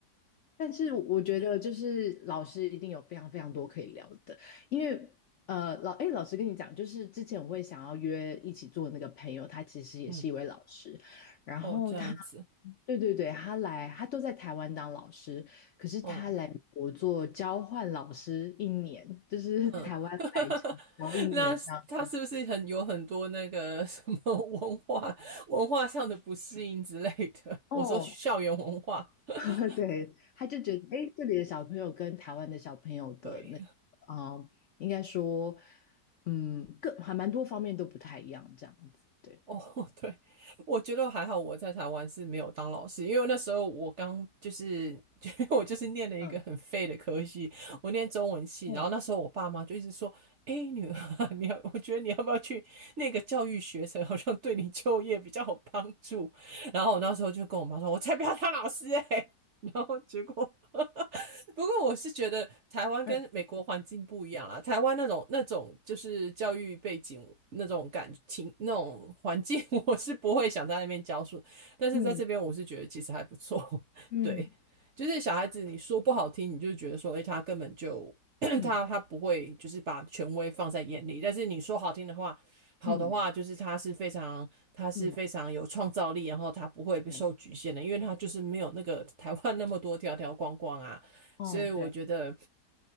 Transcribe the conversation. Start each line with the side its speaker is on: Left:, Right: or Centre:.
Left: 但是我觉得，就是老师一定有非常非常多可以聊的，因为呃，老哎，老师跟你讲，就是之前我会想要约一起做的那个朋友，他其实也是一位老师，
Right: 嗯，
Left: 然后他，
Right: 哦，这样子，
Left: 对对对，他来，他都在台湾当老师，可是他来美国做交换老师一年，
Right: 哦，
Left: 就是
Right: 嗯，
Left: <laughs> 台湾来台湾一年这样。
Right: <laughs> 那他是不是很有很多那个什么 <laughs> 文化文化上的不适应之类的？<laughs>
Left: 哦，
Right: 我说校园文化，<laughs>
Left: <laughs> 对，他就觉得，哎，这里的小朋友跟台湾的小朋友的那个，
Right: 对。
Left: 嗯，应该说，嗯，各还蛮多方面都不太一样，这样子，对，
Right: 哦，<laughs> 对，我觉得还好，我在台湾是没有当老师，因为那时候我刚就是，<laughs> 因为我就是念了一个很废的科系，
Left: 嗯，嗯
Right: 我念中文系，
Left: 哦，
Right: 然后那时候我爸妈就一直说，哎，女儿 <laughs> 你要，我觉得你要不要去那个教育学程，好像对你就业比较有帮助。然后我那时候就跟我妈说，我才不要当老师哎、<laughs> 欸然后结果 <laughs> <laughs> 不过我是觉得台湾跟美国环境不一样啦，
Left: 嗯
Right: 台湾那种那种就是教育背景那种感情那种环境，我是不会想在那边教书，但是在这边我是觉得其实还不错，
Left: 嗯
Right: <laughs>
Left: 嗯
Right: 对，就是小孩子你说不好听，你就觉得说，哎、欸他根本就 <clears throat> <coughs>
Left: 嗯
Right: 他他不会就是把权威放在眼里，但是你说好听的话。好的话，
Left: 嗯
Right: 就是他是非常，他是非常有创造力，
Left: 嗯，
Right: 然后他不会被受局限的，
Left: 对，
Right: 因为他就是没有那个台湾那么多条条框框啊，
Left: 哦，
Right: 所以我觉得，
Left: 对，